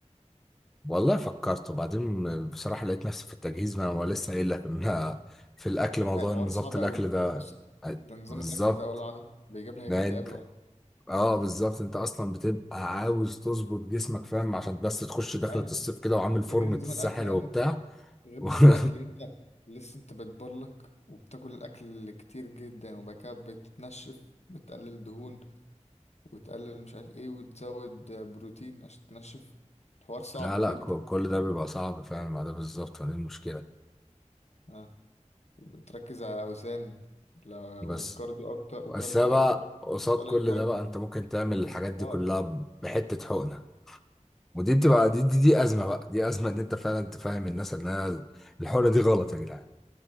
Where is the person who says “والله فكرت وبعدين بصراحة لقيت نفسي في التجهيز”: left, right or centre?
Centre